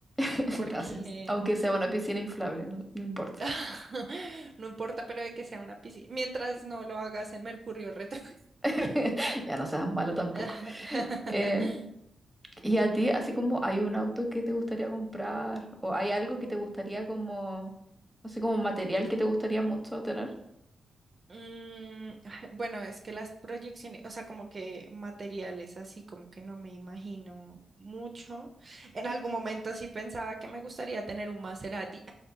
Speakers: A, in the centre; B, on the right (about 45°).
A: <laughs>
B: porque
A: Gracias. Aunque sea una piscina inflable, no, no importa.
B: <laughs> no importa, pero de que sea una piscina, mientras no lo hagas en Mercurio retrógrado.
A: <laughs> Ya no seas malo tampoco.
B: <laughs>
A: Eh, ¿y a ti, así como hay un auto que te gustaría comprar o hay algo que te gustaría como, no sé, como material que te gustaría mucho tener?
B: Mm, <laughs> bueno, es que las proyecciones, o sea, como que materiales así, como que no me imagino mucho. En algún momento sí pensaba que me gustaría tener un Maserati,